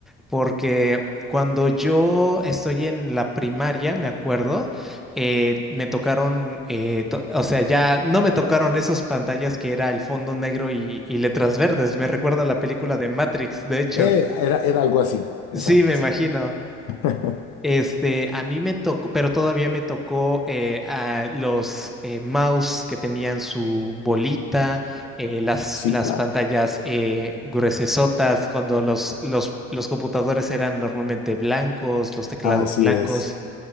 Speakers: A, in the centre; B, on the left.
A: Porque cuando yo estoy en la primaria, me acuerdo, eh, me tocaron, eh, to- o sea, ya no me tocaron esas pantallas que era el fondo negro y, y letras verdes. Me recuerda a la película de Matrix, de hecho.
B: Eh, era, era algo así, es
A: Sí,
B: algo
A: me
B: así.
A: imagino.
B: <laughs>
A: Este, a mí me tocó, pero todavía me tocó eh, a los eh, mouse que tenían su bolita, eh, las,
B: Sí,
A: las
B: claro.
A: pantallas eh, gruesesotas, cuando los, los, los computadores eran normalmente blancos, los teclados
B: Así
A: blancos.
B: es.